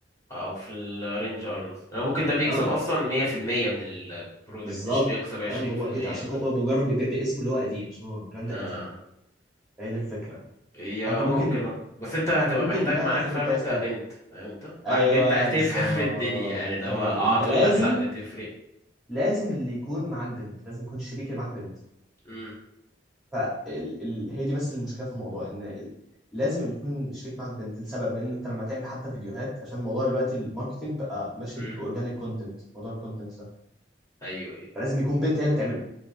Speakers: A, on the left; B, in the centre.
A: أو في الرينج أه يعني ممكن ده بيكسب
B: اه
A: أصلا مية في المية من البرودكت
B: بالظبط
A: مش بيكسب عشرين
B: فاهم هو
A: في المية
B: كده عشان
A: كده
B: هو مجرد بيبيع باسم اللي هو قديم عشان هو براند
A: آه
B: قديم هي دي الفكره
A: هي
B: فانت ممكن
A: ممكن أه بس أنت هتبقى
B: ممكن
A: محتاج
B: بقى
A: معاك
B: تاخد
A: فاهم
B: الباس
A: أنت
B: ده
A: بنت فاهم أنت معاك
B: ايوه
A: بنت هتفهم
B: بالظبط
A: في الدنيا يعني لو
B: هي
A: أه
B: دي انت
A: تقول
B: لازم
A: لك لأ ده تفرق
B: لازم اللي يكون معاك بنت لازم يكون الشريك اللي معاك بنت
A: مم،
B: فهي دي بس المشكله في الموضوع ان ال- لازم يكون الشريك معاك بنت لسبب لان انت لما تعمل حتى فيديوهات عشان موضوع دلوقتي الماركتينج بقى ماشي
A: مم.
B: باورجانيك كونتنت موضوع الكونتنت ده
A: أيوه أيوه
B: فلازم يكون بنت هي اللي بتعمله